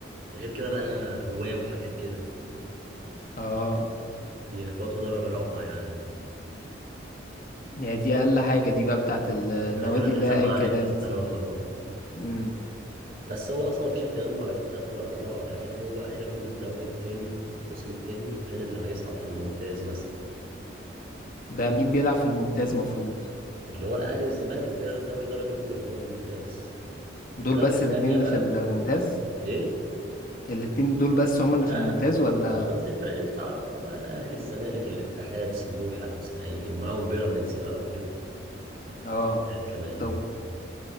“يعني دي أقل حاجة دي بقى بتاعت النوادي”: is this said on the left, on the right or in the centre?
Left